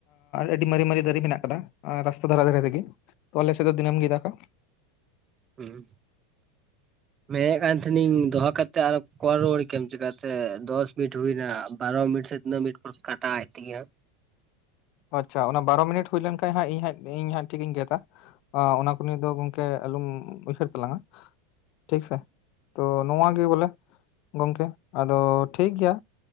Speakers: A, on the left; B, on the right.
A: ᱟᱹᱰᱤ ᱢᱟᱨᱮ ᱢᱟᱨᱮ ᱫᱟᱨᱮ ᱢᱮᱱᱟᱜ ᱠᱟᱫᱟ ᱨᱟᱥᱛᱟ ᱫᱷᱟᱨᱮ ᱫᱷᱟᱨᱮ ᱨᱮᱜᱮ ᱾ ᱟᱞᱮ ᱥᱮᱫ ᱫᱚ ᱫᱤᱱᱟᱹᱢ ᱜᱮ ᱫᱟᱜᱽ ᱼᱟ ᱾
B: ᱦᱩᱸ ᱢᱮᱱᱮᱜ ᱠᱟᱱ ᱛᱟᱦᱮᱸᱱᱤᱧ ᱫᱚᱦᱚ ᱠᱟᱛᱮᱜ ᱟᱨᱚ ᱠᱚᱞ ᱨᱩᱣᱟᱹᱲ ᱠᱮᱟᱢ ᱪᱮᱠᱟᱛᱮ, ᱫᱚᱥ ᱢᱤᱱᱤᱴ ᱦᱩᱭᱱᱟ ᱵᱟᱨᱚ ᱢᱤᱱᱤᱴ ᱥᱮ ᱤᱱᱟᱹ ᱢᱤᱱᱴ ᱯᱚᱨ ᱠᱟᱴᱟᱜᱼᱟ ᱟᱡ ᱛᱮᱜᱮ ᱾
A: ᱟᱪᱪᱷᱟ ᱚᱱᱟ ᱵᱟᱨᱚ ᱢᱤᱱᱤᱴ ᱦᱩᱭ ᱞᱮᱱᱠᱷᱟᱱᱡ ᱦᱟᱜ ᱤᱧ ᱤᱧ ᱦᱟᱸᱜ ᱴᱷᱤᱠ ᱤᱧ ᱜᱮᱫᱟ ᱚᱱᱟ ᱠᱚ ᱱᱤᱭᱮ ᱫᱚ ᱜᱚᱢᱠᱮ ᱟᱞᱚᱢ ᱩᱭᱦᱟᱹᱨ ᱛᱟᱞᱟᱝᱼᱟ ᱴᱷᱤᱠ ᱥᱮ ᱛᱚ ᱱᱚᱣᱟ ᱜᱮ ᱵᱚᱞᱮ ᱜᱚᱝᱠᱮ ᱟᱫᱚ ᱴᱷᱤᱠᱜᱮᱭᱟ